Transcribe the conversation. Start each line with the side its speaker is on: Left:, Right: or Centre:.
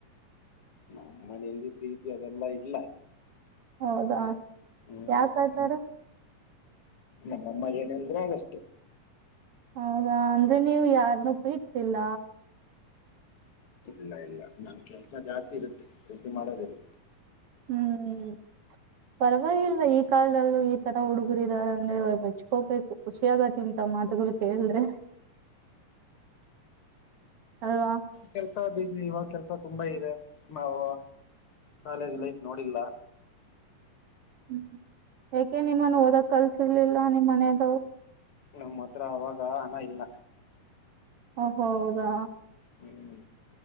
Left: ನಮ್ಮ್ ಮನೆಯಲ್ಲಿ ಪ್ರೀತಿ ಅದೆಲ್ಲಾ ಇಲ್ಲ.
Right: ಹೌದಾ
Left: ಹ್ಮ್
Right: ಯಾಕ ಆತಾರ?
Left: ನಮ್ಮಮ್ಮ ಏನಲ್ದ್ರ ಆದಷ್ಟೆ
Right: ಹೌದಾ ಅಂದ್ರೆ ನೀವು ಯಾರನ್ನು ಪೀತ್ಸಿಲ್ಲ?
Left: ಇಲ್ಲ ಇಲ್ಲ ನಮ ಕೆಲ್ಸ ಜಾಸ್ತಿ ಇರುತ್ತೆ ರೀತಿ ಮಾಡೋದಿಲ್ಲ.
Right: ಹ್ಮ್ ಪರವಾಗಿಲ್ವಾ ಈ ಕಾಲ್ದಲ್ಲೂ ಈ ತರ ಹುಡುಗರ ಇದಾರ, ಅಂದ್ರೆ ಮೆಚ್ಕೋಬೇಕು, ಖುಷಿ ಆಗತಿ ಇಂತ ಮಾತುಗಳು ಕೇಳಿದ್ರೆ ಅಲ್ವಾ?
Left: ಕೆಲ್ಸದ ಇವಾಗ ಕೆಲ್ಸ ತುಂಬಾ ಇದೆ ನಾವು ಕಾಲೇಜ್ ಲೈಫ್ ನೋಡಿಲ್ಲ.
Right: ಹ್ಮ್ ಹ್ಮ್ ಯಾಕೆ ನಿಮ್ಮನ್ನು ಓದಕ್ ಕಲ್ಸಿರ್ಲಿಲ್ಲ ನಿಮ್ಮ ಮನದಾವ್ರು?
Left: ನಮ್ಮ್ ಹತ್ರ ಅವಾಗ ಹನ ಇಲ್ಲ
Right: ಹೌದಾ
Left: ಹ್ಮ್